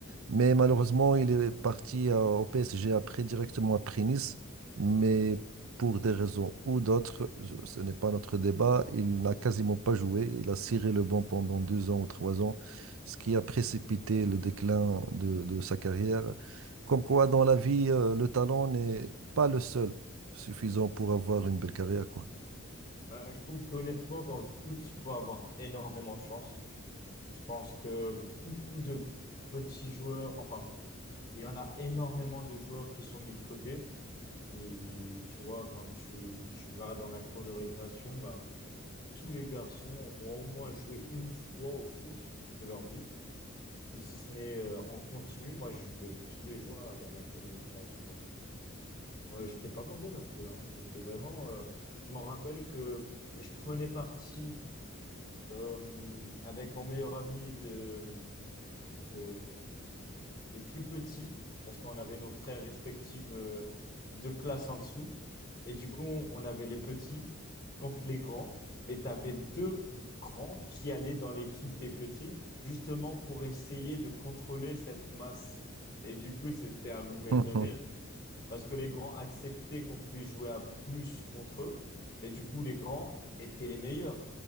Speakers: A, on the right; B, on the left.
A: Mais malheureusement,
B: Donc,
A: il
B: euh,
A: est parti euh, au PSG après, directement après Nice. Mais pour des raisons ou d'autres, je- ce n'est pas notre débat, il n'a quasiment pas joué. Il a ciré le banc pendant deux ans ou trois ans, ce qui a précipité le déclin de, de sa carrière. Comme quoi, dans la vie, euh, le talent n'est pas le seul suffisant pour avoir une belle carrière, quoi.
B: euh, je trouve qu'honnêtement, dans le foot, tu peux avoir énormément de chance. Je pense que beaucoup de petits joueurs, enfin, il y en a énormément de joueurs qui sont mis de côté. Et tu vois, quand tu, tu vas dans la cour de récréation, bah, tous les garçons ont au moins joué une fois au foot de leur vie. Ou si ce n'est euh, en continu, moi je jouais tous les jours à la, à la cour de récréation. Ouais, j'étais pas mauvais non plus. hein. J'étais vraiment. euh, je m'en rappelle que je prenais parti euh, avec mon meilleur ami de, de, des plus petits, parce qu'on avait nos frères respectifs euh, de classe en dessous. Et du coup, on avait les petits contre les grands, mais tu avais deux grands qui allaient dans l'équipe des petits, justement pour essayer de contrôler cette masse. Et du coup, c'était à mourir
A: <laughs>
B: de rire parce que les grands acceptaient qu'on puisse jouer à plus contre eux, mais du coup, les grands étaient les meilleurs.